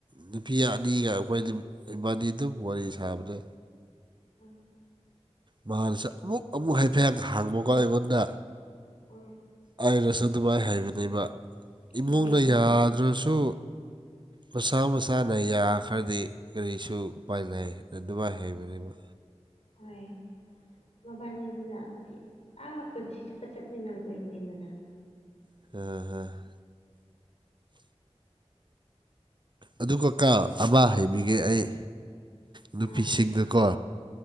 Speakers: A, on the right; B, on the left.
A: ꯅꯨꯄꯤ ꯑꯅꯤꯒ ꯑꯩꯈꯣꯏꯗꯤ ꯏꯕꯥꯅꯤ ꯑꯗꯨꯝ ꯋꯥꯔꯤ ꯁꯥꯕꯅꯦ
B: ꯑꯥ
A: ꯃꯥꯅꯁꯨ ꯑꯃꯨꯛ ꯑꯃꯨ ꯍꯥꯏꯐꯦꯠ ꯍꯥꯡꯕꯀꯣ ꯑꯩꯉꯣꯟꯗ
B: ꯎꯝ
A: ꯑꯩꯅꯁꯨ ꯑꯗꯨꯃꯥꯏ ꯍꯥꯏꯕꯅꯦꯕ ꯏꯃꯨꯡꯅ
B: ꯈꯪꯉꯦ
A: ꯌꯥꯗ꯭ꯔꯁꯨ ꯃꯁꯥ ꯃꯁꯥꯅ ꯌꯥꯈ꯭ꯔꯗꯤ ꯀꯔꯤꯁꯨ ꯎꯄꯥꯏ ꯂꯩꯥ ꯑꯗꯨꯃꯥꯏ ꯍꯥꯏꯕꯅꯦꯕ
B: ꯍꯣꯏ ꯃꯕꯥꯅꯤꯗꯨꯅ ꯑꯥ ꯄꯨꯟꯁꯤ ꯆꯨꯞꯄ ꯆꯠꯃꯤꯟꯅꯗꯣꯏꯅꯤꯗꯅ
A: <unintelligible> ꯑꯗꯨꯒꯀꯣ ꯑꯃ ꯍꯥꯏꯕꯤꯒꯦ ꯑꯩ ꯅꯨꯄꯤꯁꯤꯡꯗꯀꯣ
B: ꯑꯥ